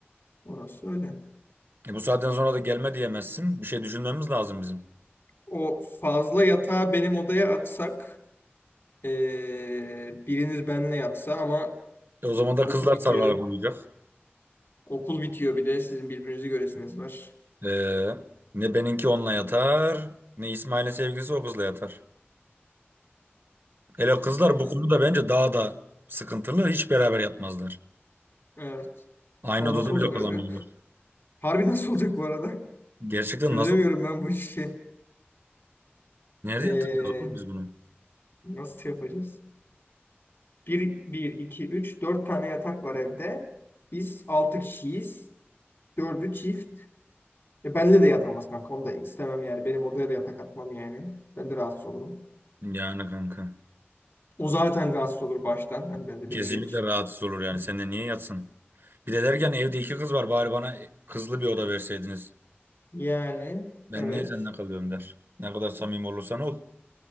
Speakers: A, on the left (about 65°); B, on the right (about 55°).
A: Orası öyle.
B: E bu saatten sonra da gelme diyemezsin. Bir şey düşünmemiz lazım bizim.
A: O fazla yatağı benim odaya atsak, ee, biriniz benimle yatsa ama
B: E o zaman da
A: okul
B: kızlar
A: bitiyor.
B: sarılarak uyuyacak.
A: Okul bitiyor bir de sizin birbirinizi göresiniz var.
B: E, ne benimki onunla yatar, ne İsmail'in sevgilisi o kızla yatar. Hele kızlar
A: Ee,
B: bu konuda bence daha da sıkıntılı. Hiç beraber yatmazlar.
A: evet.
B: Aynı
A: Ama
B: odada
A: nasıl olacak
B: bile kalamıyorlar.
A: harbi? Harbi nasıl olacak bu arada?
B: Gerçekten
A: Çözemiyorum
B: nasıl?
A: ben bu işi.
B: Nerede
A: Ee,
B: yatıracağız oğlum biz bunu?
A: nasıl yapacağız? Bir, bir, iki, üç, dört tane yatak var evde. Biz altı kişiyiz. Dördü çift. E, benle de yatamaz kanka. Onu da istemem yani. Benim odaya da yatak atmam yani. Ben de rahatsız olurum.
B: Yani kanka.
A: O zaten rahatsız olur baştan. Hani bence
B: Kesinlikle
A: beni geç.
B: rahatsız olur yani. Sen de niye yatsın? Bir de derken evde iki kız var. Bari bana kızlı bir oda verseydiniz.
A: Yani
B: Ben
A: evet.
B: niye seninle kalıyorum der. Ne kadar samimi olursan ol.